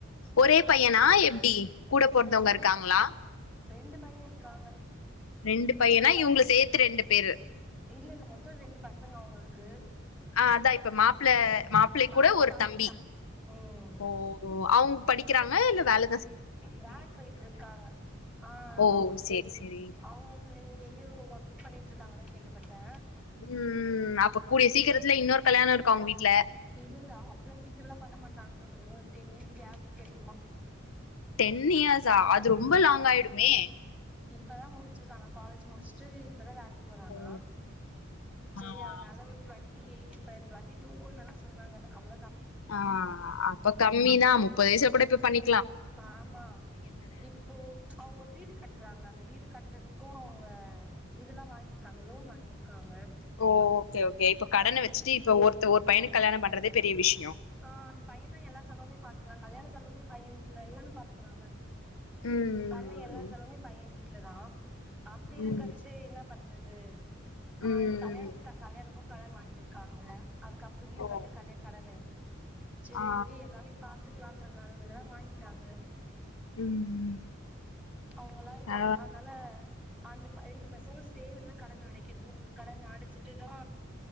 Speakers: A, on the left; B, in the centre.
A: ஒரே
B: ஆனா
A: பையனா
B: நம்
A: எப்டி கூட பொறந்தவ்ங்க
B: இல்ல
A: இருக்காங்ளா
B: ரெண்டு பைய இருக்காங்க
A: ரெண்டு பையனா
B: இன்னொரு பையன்
A: இவ்ங்கள சேத்து ரெண்டு பேரு
B: இல்ல இல்ல மொத்த ரெண்டு பசங்க அவ்ங்களுக்கு
A: ஆ அதா இப்ப மாப்ள மாப்ளைக்
B: மாப்பிள்ள
A: கூட ஒரு
B: மாப்பிள்ளைக்கு
A: தம்பி
B: ம்
A: ஓ அவ்ங்க படிக்கிறாங்க இல்ல வேல
B: வேலைக்கு போயிட்ருக்காங்க ஆ ஆமாம்மா
A: ஓ சேரி
B: என்
A: சேரி
B: அவ்ங்க வந்து இங்கெ எங்கெயோ ஒர்க் பண்ணிட்ருக்காங்க தா கேள்விப்பட்டே
A: ம் அப்ப கூடிய சீக்கிரத்துல இன்னொரு கல்யாணோ இருக்கு அவங்க வீட்ல
B: இல்ல இல்ல அவ்ளோ சீக்கிரலா பண்ண மாட்டாங்ளா இன்னொரு டென் இயர்ஸ் கேப் கெடைக்குமா
A: டென் இயர்ஸா
B: இப்ப
A: அது ரொம்ப லாங்காய்டுமே
B: இப்பதா முடிச்சிருக்காங்க காலேஜ் முடிச்ட்டு இப்பதா வேலை போறானா
A: ஓ
B: செரி
A: ஆ
B: அதனால
A: ஓகே
B: ஒரு டுவென்டி எயிட் இப்ப டுவெண்டி டூன் சொன்னாங்க அவள
A: ஆ அப்ப கம்மிதா முப்பது வயசுலா கூட இப்ப பண்ணி
B: ஆமா இப்போ அவங்க ஒரு வீடு கட்டுறாங்க அந்த வீடு கட்டுறதுக்கு அவங்க இதெல்லா வாங்கிருக்காங்க லோன் வாங்கியிருக்காங்க
A: ஓ ஓகே ஓகே இப்ப கடனை
B: அந்த லோ
A: வச்சுட்டு இப்ப ஒருத்த ஒரு பையனு கல்யண பண்றதே பெரிய விஷ
B: ஆ அந்த பையன் தான் எல்லா செலவுமே பாத்துக்கிறா கல்யாண செலவுமே பையன் வீட்டுல எல்லாமே பாத்துக்கிறாங்க
A: ம்
B: பண்ண எல்லா செலவுமே பையன் வீட்டுலதா அப்படி இருக்காச்சு
A: ம்
B: என்ன பண் றது ஆ
A: ம்
B: இப்ப கல்யாண கல்யாணக்கும் கடன் வாங்கியிருக்காங்க அதுக்கப்புறம் வீடு
A: ஓ
B: கட்ட கல் கடனு சரி
A: ஆ
B: ஓகே எல்லாமே பாத்துக்கலான்ற நெலமில வாங்கிட்டாங்க
A: ம்
B: அவங்கா இதம்
A: ஆ
B: அதனால அந்த ரெண்டு பசங்களு சேர்ந்துதா கடன்னை அடைக்கணு கடன்னா அடைச்சிட்டுதா